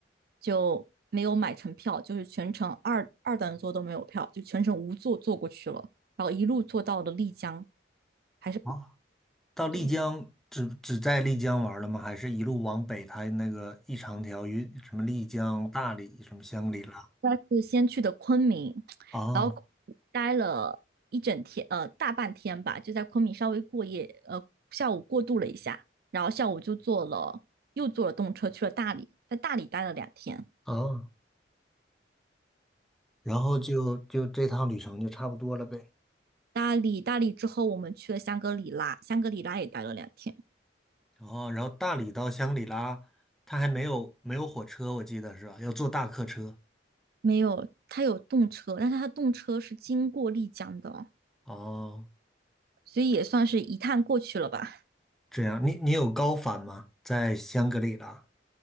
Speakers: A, on the right; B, in the centre.
A: 就没有买成票，就是全程二二等座都没有票，就全程无座坐过去了，然后一路坐到了丽江，还是
B: 啊，到丽江只只在丽江玩儿了吗？
A: 对，
B: 还是一路往北，它那个一长条云什么丽江、大理、什么香格里拉？
A: 但是先去的昆明，
B: 哦
A: 然后待了一整天，呃，大半天吧，就在昆明稍微过夜，呃，下午过渡了一下，然后下午就坐了又坐了动车去了大理，在大理待了两天。
B: 哦，然后就就这趟旅程就差不多了呗。
A: 大理，大理之后我们去了香格里拉，香格里拉也待了两天。
B: 哦，然后大理到香格里拉，它还没有没有火车，我记得是吧？要坐大客车。
A: 没有，它有动车，但是它动车是经过丽江的哦
B: 哦，
A: 所以也算是一趟过去了吧。
B: 这样，你你有高反吗？在香格里拉？